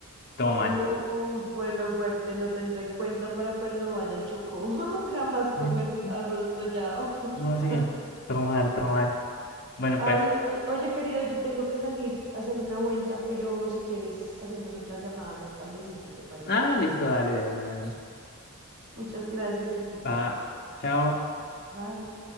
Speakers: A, on the left; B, on the right.
A: Todo mal.
B: Uf, bueno, fuerte, lo tendré en cuenta para cuando vaya al Chocó. <laughs> Jamás comer
A: Ujú.
B: arroz tollado. <laughs>
A: No, sí, todo mal, todo mal. Bueno,
B: Ay,
A: pues,
B: o- oye, querido, yo tengo que salir a hacer una vuelta, pero si quieres, hacemos otra llamada más tardecito, ¿te parece?
A: ah, listo, dale, de una, de una.
B: Muchas gracias por tu tiempo.
A: Va, chao.
B: Bye.